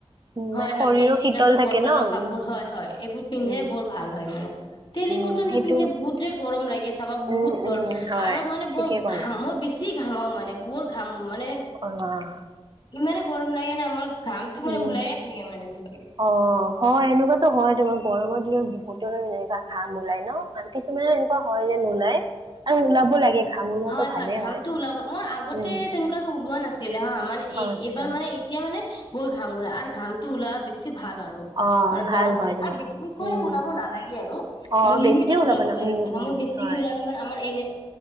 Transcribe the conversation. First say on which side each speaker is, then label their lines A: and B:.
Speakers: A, on the right (about 45°); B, on the left (about 50°).
A: উম।
B: হয়
A: <unintelligible>
B: হয় গেঞ্জি কাপোৰ
A: থাকে
B: কটনৰ
A: ন
B: কাপোৰ
A: উম,
B: হয়, হয় এইবোৰ পিন্ধিলে
A: উম,
B: বৰ ভাল হয় মানে। তেলিকটন
A: উম, সেইটো
B: টো পিন্ধে বহুতেই গৰম লাগে চাবা বহুত
A: উম,
B: গৰম
A: উম, হয়
B: আৰু মানে
A: ঠিকেই
B: বৰ
A: ক'লা
B: ঘামৃ মই বেছি কি ঘামাও মানে বহুত ঘাম মানে
A: অ',
B: ইমানে গৰম লাগে নে আমাৰ ঘামটো মানে
A: উম।
B: ওলায়ে থাকে মানে। এনেকুৱাকে
A: অ', হয় এনেকুৱাতো হয় তোমাৰ গ গৰমৰ দিনত বহুতো এনেকুৱা ঘাম ওলায় ন মান কিছুমানে এনেকুৱা হয় যেন নোলায় আৰু ওলাব লাগে ঘাম ওলোৱাটো
B: হয়,
A: ভালেই
B: হয় ঘামটো ওলাব মোৰ আগতে
A: উম,
B: তেনেকুৱাকো ওলোৱা নাছিলে হা মানে এই
A: আচ্ছা
B: এইবাৰ মানে এতিয়া মানে বৰ ঘাম ওলা আৰু ঘাম টো ওলা বেছি ভাল আৰু
A: অ', ভাল
B: গাৰ গানে
A: হয় তোমাৰ
B: আৰু বেছিকৈয়ে
A: উম।
B: ওলাব নালাগে আৰু
A: অ',
B: মানে
A: বেছিয়ে
B: লিমিটত ওলাব
A: ন
B: লাগে।
A: উম,
B: ঘাম
A: উম,
B: বেছিকে
A: হয়
B: ওলালে মানে আমাৰ এন